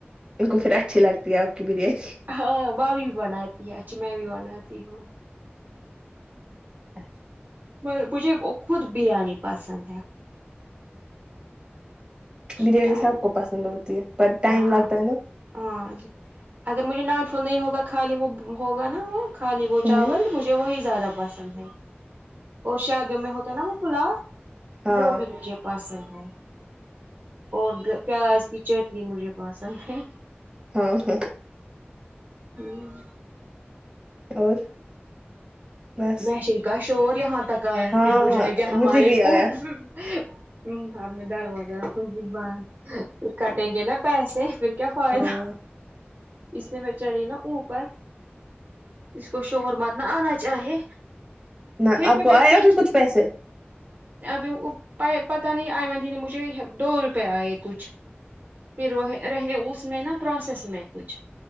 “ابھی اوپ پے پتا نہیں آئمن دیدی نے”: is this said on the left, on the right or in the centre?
Right